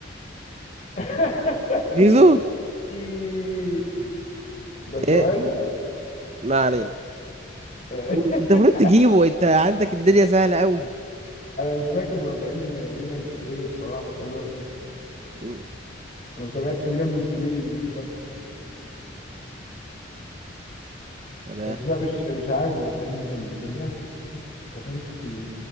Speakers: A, on the left; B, on the right.
A: <laughs>
B: زيزو
A: سوكي. ده سؤال
B: ايه ما علينا
A: <laughs>
B: قول. انت المفروض تجيبه انت عندك الدنيا سهلة قوي
A: انا مش فاكر مدافعين ان ميلان كان ايه الصراحه مش قادر افتكر
B: مم.
A: انا ما تابعتش ميلان من سنين مش فاكر
B: تمام
A: بس لا مش مش عارف مدافعين ميلان مين كان بيلعب في السيتي مدافعين السيتي مين